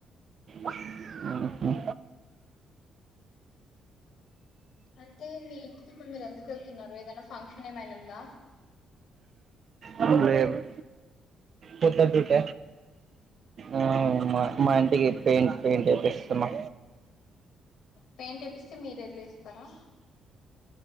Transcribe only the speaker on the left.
అంటే మీ ఇంటికి ఇప్పుడు మీరు ఎందుకు వెళ్తున్నారు ఏదైనా ఫంక్షన్ ఏమైనా ఉందా
పెయింట్ ఏపిస్తే మీరు వెళ్ళ ఇస్తారా